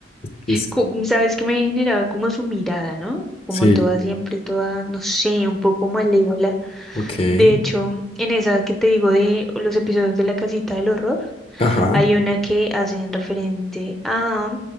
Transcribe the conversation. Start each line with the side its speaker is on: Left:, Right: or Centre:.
Left: Que Sí,
Centre: co- sabes que me generaba como su mirada, ¿no? Como
Left: Sí,
Centre: toda siempre, toda, no sé, un poco malévola.
Left: ok.
Centre: De hecho, en esa que te digo de los episodios de La Casita del Horror,
Left: Ajá,
Centre: hay una que hacen referente a,